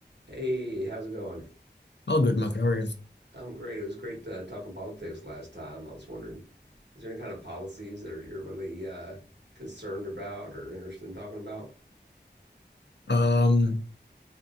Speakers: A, on the right; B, on the left.
A: Hey, how's it going?
B: All good, Mark. How are you?
A: I'm great. It was great uh, talking politics last time. I was wondering, is there any kind of policies that you're really uh, concerned about or interested in talking about?
B: Um,